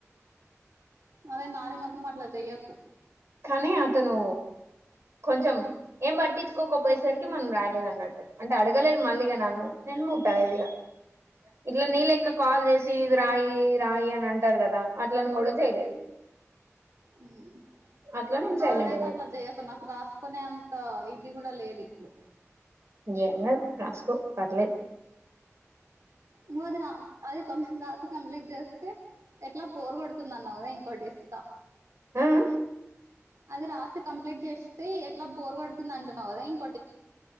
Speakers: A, on the right; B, on the right.
A: అదే నాది మాత్రం అట్లా జయ్యాకు
B: కానీ అతను కొంచెం ఏం పట్టించుకోకపోయేసరికి మనం రాలేదు అన్నట్టు అంటే అడగలేదు మళ్ళీగాన్నాను నేన్ చాలా ఈజీ గ ఇట్ల నీలెక్క కాల్ జేసి ఇది రాయి రాయి అని అంటారు కదా అట్లను కూడా జేయలేదు
A: మ్మ్
B: అట్లా నేను
A: నాదయితే
B: సైలెంట్
A: అట్లా జేయకు నాక్ రాస్ కోనేంత ఇది గూడా లేదు ఇప్పుడు
B: ఎంగాద్ రాస్కో పర్లేద్
A: నువ్వు ఆది రా అది తొందర్ రాస్ కంప్లీట్ జేస్తే ఎట్లా పోరు గొడుతుంది అన్నావు గదా ఇంక్ కోడిస్తా
B: ఉ ఉ
A: అది రాసి కంప్లీట్ జేస్తే ఎట్లా బోర్ గోడుతుంది అంటున్నావు గదా ఇంక